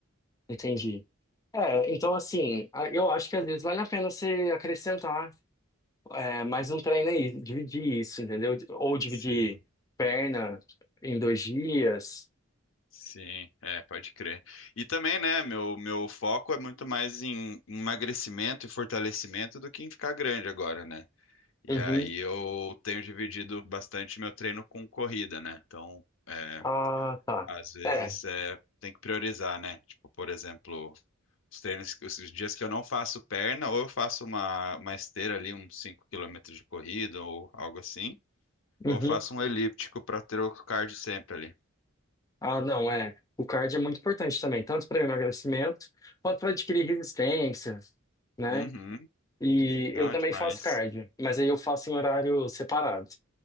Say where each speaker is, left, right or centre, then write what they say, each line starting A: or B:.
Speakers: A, on the left (about 15°); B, on the left (about 65°).
A: Entendi. É, então assim, a- eu acho que às vezes vale a pena você acrescentar é, mais um treino aí, dividir isso, entendeu? Ou dividir
B: Sim.
A: perna em dois dias.
B: Sim, é, pode crer. E também, né, meu, meu foco é muito mais em emagrecimento e fortalecimento do que em ficar grande agora, né? E
A: Uhum.
B: aí eu tenho dividido bastante meu treino com corrida, né? Então, é,
A: Ah, tá.
B: às vezes
A: É.
B: é, tem que priorizar, né? Tipo, por exemplo, os treinos, que- os dias que eu não faço perna, ou eu faço uma, uma esteira ali, uns 5 quilômetros de corrida ou algo assim,
A: Uhum.
B: ou eu faço um elíptico para ter o cardio sempre ali.
A: Ah, não, é. O cardio é muito importante também, tanto para emagrecimento quanto para adquirir resistência, né?
B: Uhum,
A: E
B: não,
A: eu também
B: demais.
A: faço cardio, mas aí eu faço em horário separado.